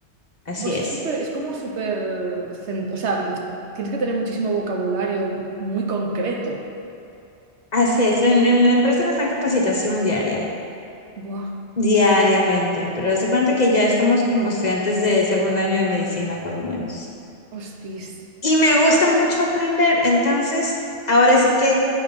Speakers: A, on the left (about 40°); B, on the right (about 70°).
A: así
B: Pues
A: es.
B: es súper, es como súper, cen- o sea, tienes que tener muchísimo vocabulario muy concreto.
A: Así es. En, en la empresa nos dan capacitación diaria,
B: Buah,
A: diariamente, pero se cuenta que ya estamos como estudiantes de segundo año de medicina, por lo menos.
B: hostis.
A: Y me gusta mucho aprender. Entonces, ahora sí que